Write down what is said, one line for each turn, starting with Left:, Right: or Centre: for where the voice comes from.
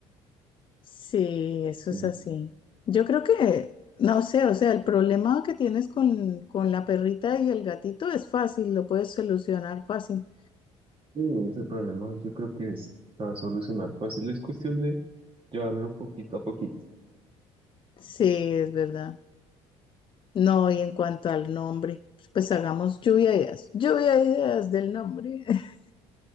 Left: Sí, eso
Right: Sí.
Left: es así. Yo creo que, no sé, o sea, el problema que tienes con, con la perrita y el gatito es fácil, lo puedes solucionar fácil.
Right: Sí, ese problema yo creo que es- se va a solucionar fácil. Es cuestión de llevarlo poquito a poquito.
Left: Sí, es verdad. No, y en cuanto al nombre, pues hagamos lluvia de ideas. Lluvia de ideas del nombre. <laughs>